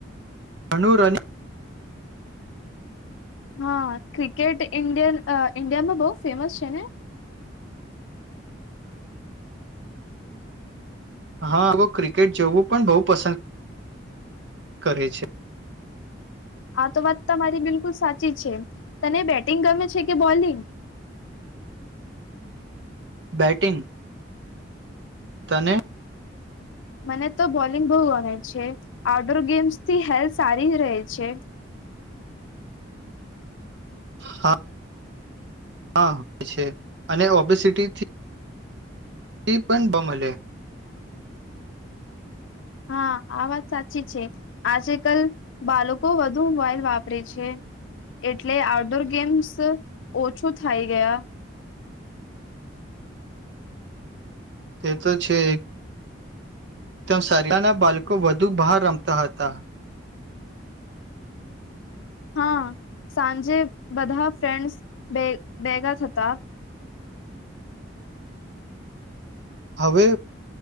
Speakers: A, on the right; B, on the left.
A: ણુ રની
B: હા ક્રિકેટ ઇન્ડિય ઇન્ડિયામાં બહુ ફેમસ છે ને?
A: હા અગો ક્રિકેટ જવું પણ બહુ પસંદ કરે છે.
B: આ તો વાત તમારી બિલકુલ સાચી છે, તને બેટિંગ ગમે છે કે બોલિંગ?
A: બેટિંગ. તને?
B: મને તો બોલિંગ બહુ ગણે છે, આઉટડોર ગેમ્સથી હેલ્થ સારી રહે છે.
A: હા હા છે અને ઓબેસિટીથી પણ બમલે <unintelligible>
B: હા આ વાત સાચી છે, આજે કલ બાળકો વધુ મોબાઈલ વાપરે છે, એટલે આઉટડોર ગેમ્સ ઓછું થાય ગયા.
A: તે તો છે ત સારીના બાળકો વધુ બહાર રમતા હતા.
B: હા, સાંજે બધા ફ્રેન્ડ્સ ભગા થ હતા.
A: હવે